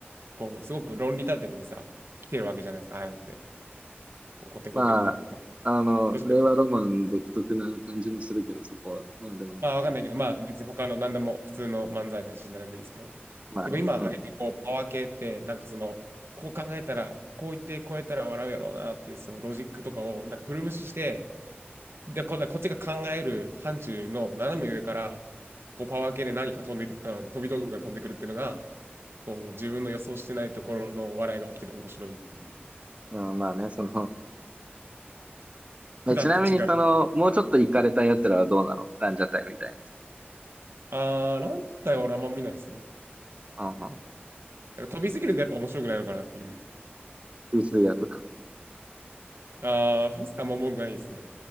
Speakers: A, on the right; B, on the right.
A: こう、すごく論理立ててさ、来てるわけじゃないですか、ああいうのって。こう、コテコテの、
B: まあ、
A: まあ、
B: あの、
A: どっちか
B: 令和ロマン独特な感じもするけど、そこは。まあでも、
A: まあ、わかんないけど、まあ、別に他の何でも、普通の漫才なし何でもいいんですけど。
B: まあね、
A: でも今挙げた、
B: うん。
A: こう、パワー系って、なんかその、こう考えたら、こう言って、こうやったら笑うやろうなっていう、そのロジックとかを、なんか古無視して、で、こ、こっちが考える範疇の斜め上から、こう、パワー系で何か飛んでく、あの飛び道具が飛んでくるっていうのが、こう、自分の予想してないところの笑いが起きてて面白いっていう。
B: うんまあね、その、えちなみにその、
A: 普段と違う。
B: もうちょっと行かれた奴らはどうなのランジャタイみたいな。
A: あー、ランジャタイは俺あんま見ないですね。だ
B: うんうん
A: から飛びすぎるとやっぱ面白くないのかなっていう。
B: 薄いやつか。
A: あー、フースターも文句ないですね。